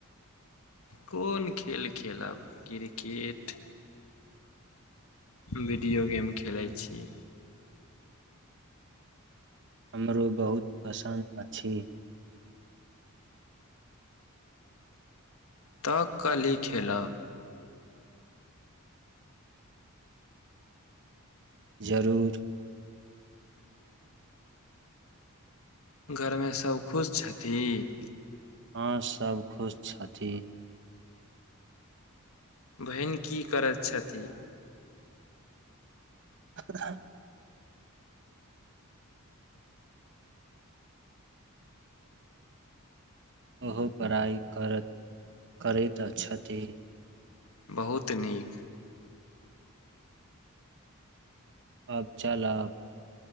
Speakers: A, on the left; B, on the right.
A: कोन खेल खेलब क्रिकेट। वीडियो गेम खेलै छी।
B: हमरो बहुत पसन्द अछि।
A: तऽ कल्हिी खेलब।
B: जरूर।
A: घर मे सभ खुश छथिन।
B: हँ सब खुश छथि।
A: बहिन की करैत छथिन।
B: <unintelligible> ओहो पढ़ाइ करैत करैत छथि।
A: बहुत नीक।
B: आब चलब।